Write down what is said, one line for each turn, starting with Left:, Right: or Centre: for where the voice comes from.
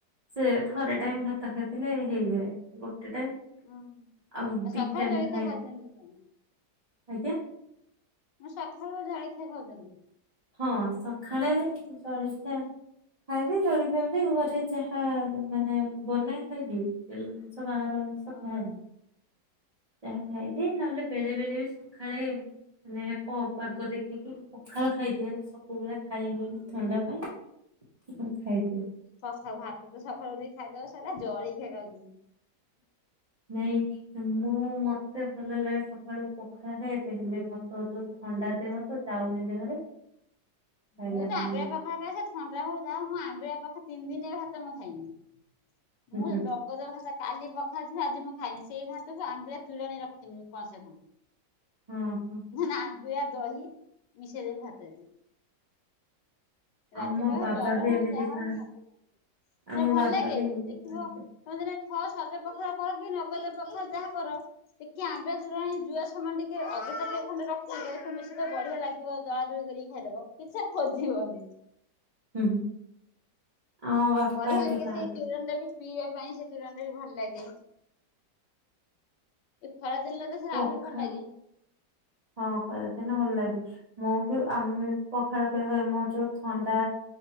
Right: ସେ ଥରେ ଟାଇମ ଭାତ ଖାଏ ହେଲେ ହେଇଯାଏ, ଗୋଟେ ଟାଇମ୍
Left: ହୁଁ।
Right: ଆଉ
Left: ସକାଳୁ
Right: ଦି ଟାଇମ୍
Left: ଜଳଖିଆ
Right: ଖାଇଲି।
Left: ଖାଉଛନ୍ତି କଣ?
Right: ଆଜ୍ଞା।
Left: ମୁଁ ସକାଳୁ ଜଳଖିଆ ଖାଉଛନ୍ତି।
Right: ହଁ ସକାଳେ ଜଳଖିଆ। ଖାଇଦିଏ ଜଳଖିଆ ବୋଲି ଘରେ ଯାହାମାନେ ବନେଇ ଖାଇଦିଏ ତେଲ ଜିନିଷ ବାହାର ଜିନିଷ
Left: ଓହୋ।
Right: ଖାଏନି, ଯାହା ଖାଇଦିଏ ନହେଲେ ବେଳେ ବେଳେ ବି ସକାଳେ ମାନେ ପାଗ ଦେଖିକି ପଖାଳ ଖାଇଦିଏ ହେଲା ସକା ସବୁବେଳେ ଖାଇ
Left: ହୁଁ
Right: ହୁଏନି ଥଣ୍ଡା ପାଇଁ କି ଖାଇଦଏ।
Left: ସକାଳୁ ଭାତ ତ ସକାଳୁ ଉଠିକି ଖାଇଦବ ସରିଲା, ଜଳିଖିଆ ଖାଉଛନ୍ତି।
Right: ନାଇଁ ମୁଁ ମତେ ଭଲ ଲାଗେ ସକାଳୁ ପଖାଳ ଖାଇବା ପାଇଁ ହେଲେ ମତେ ଯୋଉ ଥଣ୍ଡା
Left: ହଁ
Right: ଦେହ ତ ଯାଉନି ଦେହରେ। ଖାଇଲା
Left: ମୁଁ ତ
Right: ମାନେ
Left: ଆମ୍ବଳିଆ ପାଖା କ ଥଣ୍ଡା ହଉ ଯା ମୁଁ ଆମ୍ବିଆ ପାଖ ତିନି ଦିନ ଏ ଭାତ ମୁଁ ଖାଇମି। <unintelligible>
Right: ହୁଁ ହୁଁ
Left: ନଗଦ ଭାତ କାଲି ପଖାଳିଥିବି ଆଜି ମୁଁ ଖାଏନି ସେଇ ଭାତକୁ ଆମ୍ବିଳା ତୁରାଣି ରଖିଥିବି କନ୍ସେ ଖଣ୍ଡେ। <inaudible>
Right: ହଁ ହଁ।
Left: ନହେଲେ ଆମ୍ବିଳା ଦହି ମିଶେଇଦେମି ଭାତରେ। ରାତି
Right: ଆମ
Left: ପାହୁ,
Right: ବାବା
Left: ଜର
Right: ବି
Left: ହଉ,
Right: ଏମିତି
Left: ଯାହା ହଉ
Right: ଖାଆନ୍ତି
Left: ମୁ ଭାତ ଖାଏ
Right: ଆମ
Left: ସେ ଭଲ
Right: ବାବା
Left: ଲାଗେ
Right: ବି ଏମିତି
Left: ଦେଖିବ।
Right: ଖାଆନ୍ତି
Left: ତମେ ଦିନେ ସଜ ପଖାଳ କର କି ନଗଦ ପଖାଳ ଯାହା କର। ଟିକେ ଆମ୍ବିଳା ଯୁଆ ସମୟମାନ ଟିକେ ଅଧିକା ଟିକେ ଖଣ୍ଡେ ରଖିଥିବ ସେଥିରେ ମିସେଇବ ତ ବଢିଆ ଲାଗିବ। ଦଳା ଦଳି କରିକି ଖାଇଦବ କିଛି ଆଉ ଖୋଜିବନି।
Right: ହୁଁ ଆମ ବାପା
Left: ବଢିଆ
Right: ଏମିତି
Left: ଲାଗେ
Right: ଖାଆନ୍ତି।
Left: ସେଇ ତୋରାଣି ଟା ବି ପିଇବା ପାଇଁ ସେ ତୁରାଣିଟା ବି ଭଲ ଲାଗେ। ଏ ଖରାଦିନେ ତ ସେଟା
Right: ପଖାଳ
Left: ଆହୁରି ଭଲ ଲାଗେ।
Right: ହଁ ଖରା ଦିନେ ଭଲ ଲାଗେ। ମୁଁ ବି ଆମେ ପଖାଳ ଖାଇବା ମୋର ଯୋଉ ଥଣ୍ଡା